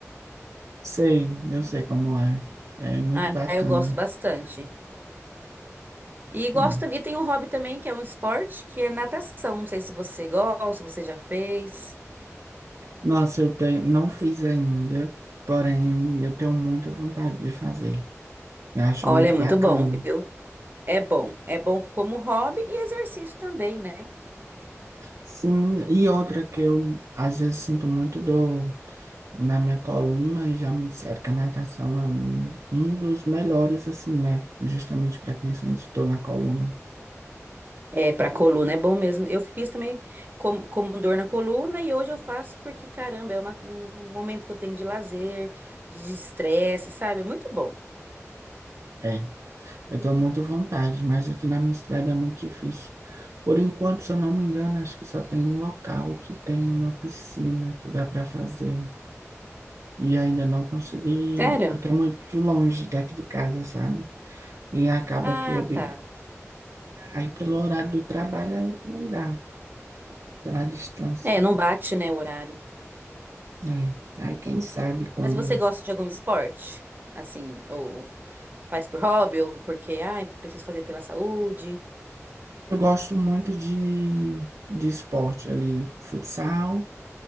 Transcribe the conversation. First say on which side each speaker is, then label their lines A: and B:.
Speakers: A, on the right (about 80°); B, on the right (about 40°).
A: Sei, eu sei como é. É muito
B: Ah,
A: bacana.
B: eu gosto bastante. E
A: Sim.
B: gosto também. E tem um hobby também que é um esporte, que é natação. Não sei se você gosta, se você já fez.
A: Nossa, eu tenho, não fiz ainda, porém eu tenho muita vontade de fazer. Eu acho
B: Olha,
A: muito
B: é muito
A: bacana.
B: bom, viu? É bom. É bom como hobby e exercício também, né?
A: Sim, e outra que eu às vezes sinto muito dor na minha coluna e já me disseram que a natação é um, um dos melhores, assim, né? Justamente para quem sente dor na coluna.
B: É, pra coluna é bom mesmo. Eu fiz também como, como dor na coluna e hoje eu faço porque, caramba, é uma- um momento que eu tenho de lazer, de desestresse, sabe? É muito bom.
A: É. Eu tenho muita vontade, mas aqui na minha cidade é muito difícil. Por enquanto, se eu não me engano, acho que só tem um local que tem uma piscina que dá para fazer. E ainda não consegui,
B: Sério?
A: porque é muito longe daqui de casa, sabe? E acaba
B: Ah,
A: que eu digo,
B: tá.
A: aí pelo horário do trabalho eh, não dá, pela distância.
B: É, não bate, né, o horário.
A: É. Aí quem sabe quando.
B: Mas você gosta de algum esporte? Assim, ou faz por hobby, ou porque, ah, preciso fazer pela saúde.
A: Eu gosto muito de, de esporte ali, futsal,